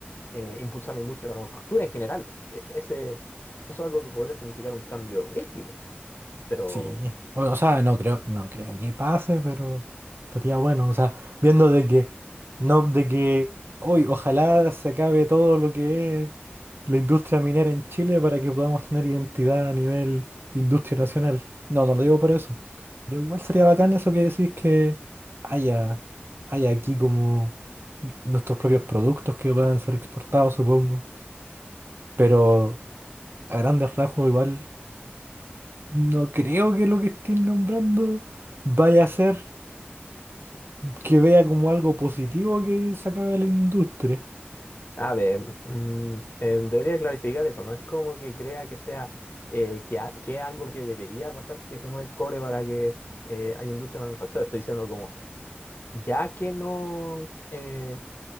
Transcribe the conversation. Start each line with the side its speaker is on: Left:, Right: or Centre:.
Left: eh, impulsar la industria de la manufactura en general. E- ese, eso es algo que podría significar un cambio brígido, pero,
Right: Sí, o, o sea, no creo, no creo que pase, pero estaría bueno, o sea, viendo de que, no, de que hoy ojalá se acabe todo lo que es la industria minera en Chile para que podamos tener identidad a nivel industria nacional. No, no lo digo por eso. Digo, igual sería bacán eso que decís que haya, haya aquí como nuestros propios productos que puedan ser exportados, supongo. Pero a grandes rasgos igual no creo que lo que estén nombrando vaya a ser que vea como algo positivo que se acabe la industria.
Left: a ver, mm, eh, debería clarificar eso, no es como que crea que sea, eh, que, a- que es algo que debería pasar, que se mueva el cobre para que eh, haya industria de manufactura. Estoy diciendo como, ya que no, eh,